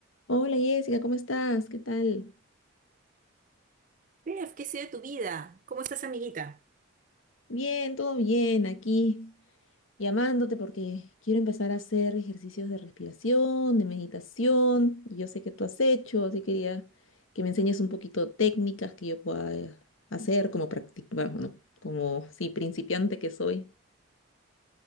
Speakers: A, on the left; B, on the right.
A: Hola Jessica, ¿cómo estás? ¿Qué tal?
B: Steph, ¿qué ha sido de tu vida? ¿Cómo estás, amiguita?
A: Bien, todo bien, aquí llamándote porque quiero empezar a hacer ejercicios de respiración, de meditación, y yo sé que tú has hecho, así quería que me enseñes un poquito técnicas que yo pueda eh, hacer como practicar, bueno, bueno, como sí, principiante que soy.